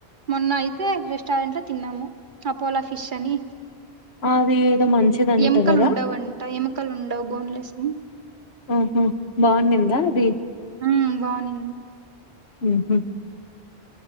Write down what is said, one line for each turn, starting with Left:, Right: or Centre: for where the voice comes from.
Right: మొన్న అయితే రెస్టారెంట్ లో తిన్నాము అపోలో ఫిష్ అని
Left: అది ఏదో మంచిదంట
Right: ఎముకలు
Left: కదా
Right: ఉండవుంట ఎక మక్కలు ఉండవు బోన్లెస్ ని
Left: ఆఓహో బాగుందిందా అది
Right: ఆ బాగునింది
Left: ఉహు